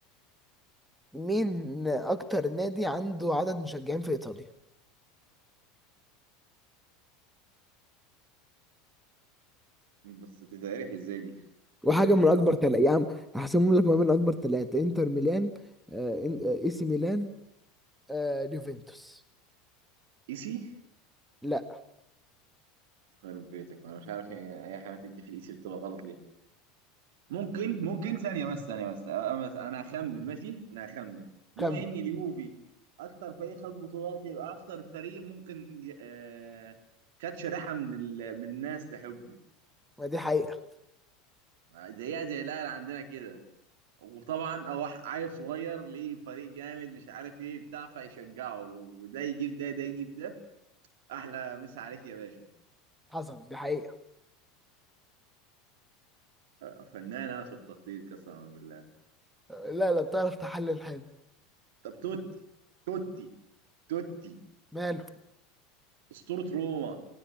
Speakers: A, in the centre; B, on the right.
A: مين أكتر نادي عنده عدد مشجعين في إيطاليا؟
B: بس تتعرف ازاي دي
A: وحاجة من
B: ما اعرف.
A: أكبر تلاتة يا عم هحسمهم لك ما بين أكبر تلاتة إنتر ميلان آه، إن- آه، إي سي ميلان آه اليوفنتوس
B: ايسي
A: لا
B: خرب بيتك انا مش عارف يعني اي حاجة تدي في الايسي بتبقى غلط ليه ممكن ممكن ثانية بس ثانية بس أه، بس انا هخمن ماشي انا هخمن بما
A: كمل
B: ان اليوفي اكتر فريق خد بطولات يبقى اكتر فريق ممكن ج- آه، خد شريحة من ال... من الناس تحبه
A: ما دي حقيقة
B: زيها زي الاهلي عندنا كده وطبعا أوح عيل صغير ليه فريق جامد مش عارف ايه بتاع فيشجعه وده يجيب ده ده يجيب ده احلى مسا عليك يا باشا
A: حصل دي حقيقة
B: آه، فنان انا في التخطيط قسما بالله
A: آه، لا لا بتعرف تحلل حلو
B: طب توتي توتي توتي
A: ماله
B: اسطورة روما